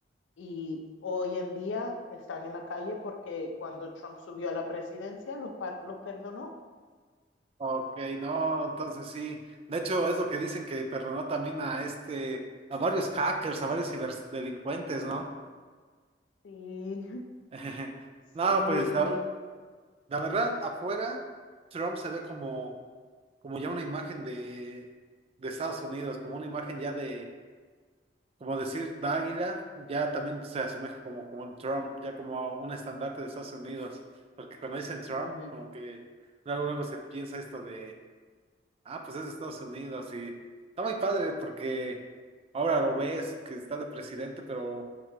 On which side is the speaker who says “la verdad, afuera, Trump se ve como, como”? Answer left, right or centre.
Right